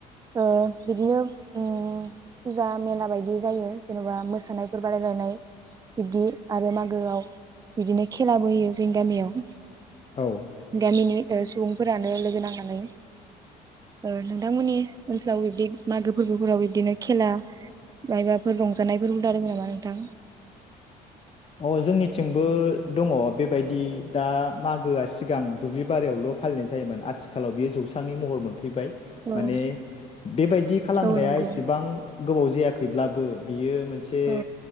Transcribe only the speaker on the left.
औ
अ जोंनिथिंबो दङ बेबायदि दा मागोआ सिगां दुब्लि बारियावल' फालिनाय जायोमोन आथिखालाव बियो जौस्रांनि महर मोनफैबायव
माने बेबायदि खालामनाया
इसेबां गोबाव जाया खैब्लाबो बियो मोनसे